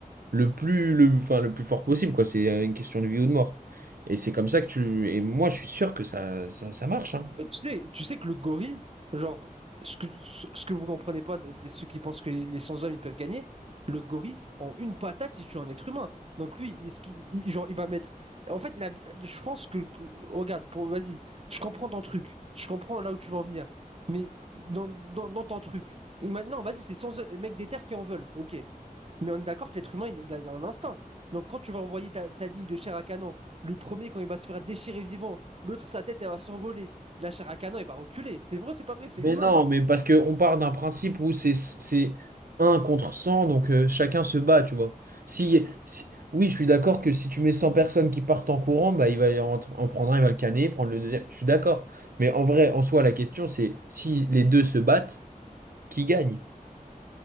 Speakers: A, on the right; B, on the right.
A: le plus, le, enfin, le plus fort possible, quoi. C'est euh, une question de vie ou de mort. Et c'est comme ça que tu. Et moi, je suis sûr que ça, ça, ça marche. hein.
B: Et tu sais, tu sais que le gorille, genre, ce que, ce ce que vous comprenez pas, de- de ceux qui pensent que les sans-hommes, ils peuvent gagner, le gorille, en une patate, il tue un être humain. Donc lui, il- ce qu'il- il- genre, il va mettre... En fait, la, vie- je pense que... Regarde, pour, vas-y, je comprends ton truc. Je comprends là où tu veux en venir. Mais dans, dans, dans ton truc... Maintenant, vas-y, c'est sans... Mec des terres qui en veulent. Ok. Mais on est d'accord que l'être humain, il, il a un instinct. Donc quand tu vas envoyer ta, ta ligne de chair à canon, le premier, quand il va se faire déchirer vivant, l'autre, sa tête, elle va s'envoler. La chair à canon, elle va reculer. C'est vrai, c'est pas vrai, c'est
A: Mais
B: humain.
A: non, mais parce qu'on part d'un principe où c'est, c'est 1 contre 100, donc euh, chacun se bat, tu vois. Si, si- Oui, je suis d'accord que si tu mets 100 personnes qui partent en courant, bah, il va en, en prendre un, il va le canner, prendre le deuxième. Je suis d'accord. Mais en vrai, en soi, la question, c'est si les deux se battent, qui gagne?